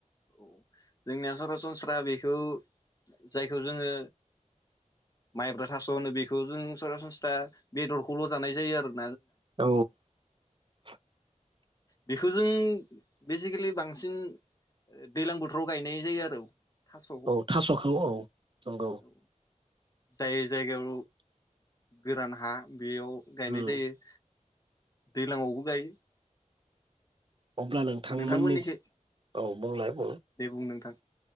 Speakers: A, on the left (about 25°); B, on the right (about 40°).
A: औ जोंनिया सरासनस्रा बे बेखौ जायखौ जोंङो माइब्रा थास होनो बेखौ जों सरासनस्रा बेदरखौल जानाय जायो आरो ।
B: औ ।
A: बेखौ जों । बेसिकेलि बांसिन दैलां बो राव गायनाय जायो आरो थासखौ
B: औ
A: ।
B: थास'खौ औ नंगौ
A: जाय जायगायाव गोरान हा बेयाव गायनाय
B: उम
A: जायो । दैलांयावबो । जायो ।
B: अब्ला नोंथांमोननि
A: नोंथांमोननिखै
B: औ बुंलाय बुं,
A: दे बुं नोंथां